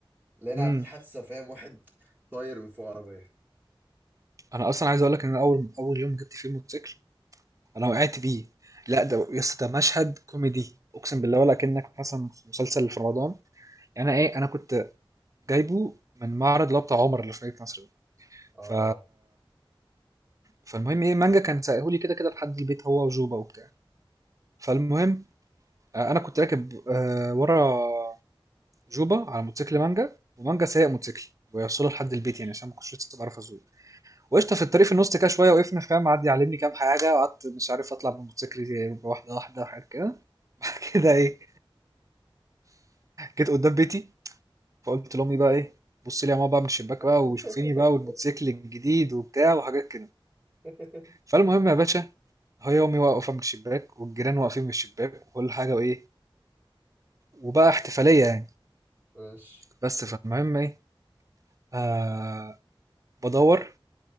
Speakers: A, on the right; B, on the right.
A: لقينا
B: امم
A: عاملين حادثة فاهم واحد طاير من فوق عربية
B: انا اصلا عايز اقول لك ان انا اول اول يوم جبت فيه موتوسيكل انا وقعت بيه لا ده يا اسطى ده مشهد كوميدي اقسم
A: <laughs>
B: بالله ولا كأنك مثلا في مسلسل في رمضان يعني انا ايه انا كنت جايبه من معرض اللي هو بتاع عمر اللي في مدينة نصر ده.
A: اه
B: ف
A: عارف.
B: فالمهم ايه مانجا كان سايقهولي كده كده لحد البيت هو وجوبا وبتاع فالمهم آه، انا كنت راكب آه، ورا جوبا على موتوسيكل مانجا ومانجا سايق موتوسيكل ويوصله لحد
A: ماشي
B: البيت يعني عشان ما كنتش لسه بعرف اسوق وقشطه في الطريق في النص كده شويه وقفنا فاهم قعد يعلمني كام حاجه وقعدت مش عارف اطلع من موتوسيكل واحده واحده وحاجات كده <laughs> كده ايه جيت قدام بيتي فقلت لامي بقى ايه بص لي يا ماما بقى من الشباك بقى
A: <laughs>
B: وشوفيني بقى والموتوسيكل الجديد وبتاع وحاجات كده
A: <laughs>
B: فالمهم يا باشا هي امي واقفه من الشباك والجيران واقفين من الشباك وكل حاجه وايه وبقى احتفاليه يعني
A: ماشي
B: بس فالمهم ايه آه بدور